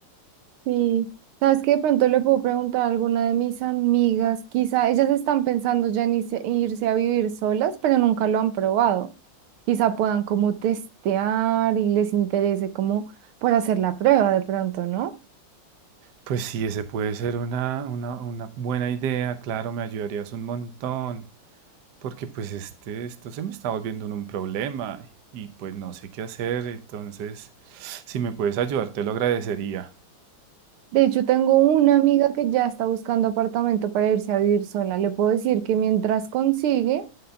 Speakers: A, on the right; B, on the right.
A: Sí, sabes que de pronto le puedo preguntar a alguna de mis amigas, quizá ellas están pensando ya en irse, irse a vivir solas, pero nunca lo han probado. Quizá puedan como testear y les interese como por hacer la prueba de pronto, ¿no?
B: Pues sí, ese puede ser una, una, una buena idea, claro, me ayudarías un montón. Porque pues este, esto se me está volviendo un un problema y pues no sé qué hacer, entonces si me puedes ayudar te lo agradecería.
A: De hecho, tengo una amiga que ya está buscando apartamento para irse a vivir sola. Le puedo decir que mientras consigue,